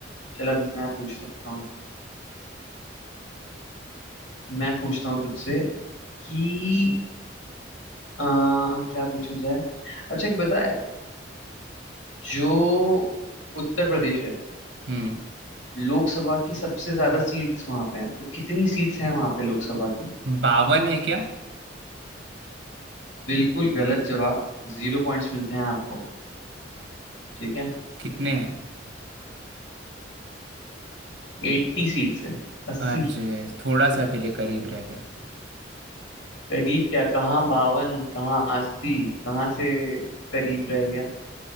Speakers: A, on the left; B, on the right.
A: चल अब मैं पूछता हूँ मैं पूछता हूँ तुझसे कि आ, क्या पूछा जाए अच्छा एक बता जो उत्तर प्रदेश है
B: हम्म
A: लोकसभा की सबसे ज्यादा सीट्स वहां पे हैं तो कितनी सीट्स हैं वहां पे लोकसभा की
B: बावन है क्या
A: बिल्कुल गलत जवाब जीरो पॉइंट्स मिलते हैं आपको ठीक है
B: कितने हैं
A: एट्टी सीट्स हैं अस्सी
B: अच्छे थोड़ा सा के लिए करीब रह गया
A: करीब क्या कहाँ बावन कहाँ अस्सी कहाँ से करीब रह गया